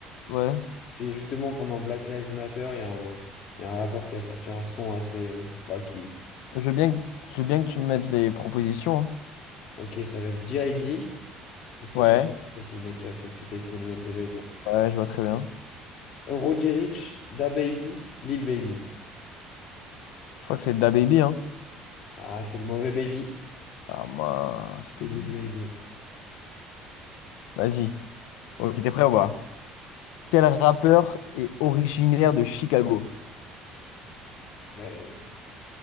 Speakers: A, on the left; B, on the left.
A: Ouais.
B: c'est justement pendant Black Lives Matter, il y a un, il y a un rappeur qui a sorti un son assez, euh, bah, qui,
A: Je veux bien que... je veux bien que tu me mettes les propositions. hein.
B: ok, ça va être G.I.D. Ou tu sais,
A: Ouais.
B: je sais pas comment il s'appelle, c'est le mec qui a fait le feat avec 21 Savage là.
A: Ouais, je vois très bien.
B: Euh, Roddy Ricch, Da Baby, Lil Baby.
A: Je crois que c'est DaBaby, hein.
B: Ah, c'est le mauvais Baby,
A: Ah mince, c'était
B: c'est Lil
A: lui.
B: Baby.
A: Vas-y. Ok, t'es prêt ou pas? Quel rappeur est originaire de Chicago?
B: Mais